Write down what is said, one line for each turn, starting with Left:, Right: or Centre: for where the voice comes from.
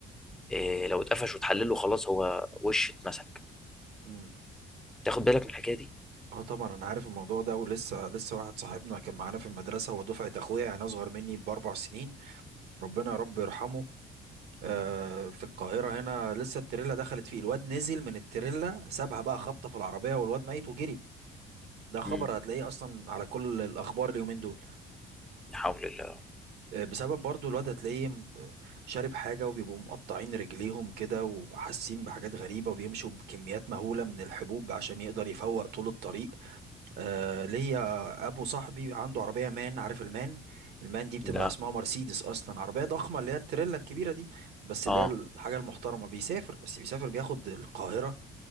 Centre: إيه لو اتقفش وتحلله خلاص هو وش اتمسك
Right: مم.
Centre: تاخد بالك من الحكايه دي
Right: اه طبعا انا عارف الموضوع ده ولسه لسه واحد صاحبنا كان معانا في المدرسة هو دفعة اخويا يعني اصغر مني باربع سنين ربنا يا رب يرحمه آه في القاهرة هنا لسه التريلا دخلت فيه الواد نزل من التريلا سابها بقى خبطة في العربية والواد ميت وجري ده خبر
Centre: مم.
Right: هتلاقيه اصلا على كل الاخبار اليومين دول
Centre: لا حول الله
Right: آه، بسبب برضو الواد هتلاقيه م- آه، شارب حاجه وبيبقوا مقطعين رجليهم كده وحاسين بحاجات غريبه وبيمشوا بكميات مهوله من الحبوب عشان يقدر يفوق طول الطريق آه، ليا ابو صاحبي عنده عربيه مان عارف المان المان دي بتبقى
Centre: لا
Right: اسمها مرسيدس اصلا عربيه ضخمه اللي هي التريلا الكبيره دي بس
Centre: اه
Right: اللي هي الحاجه المحترمه بيسافر بس بيسافر بياخد القاهره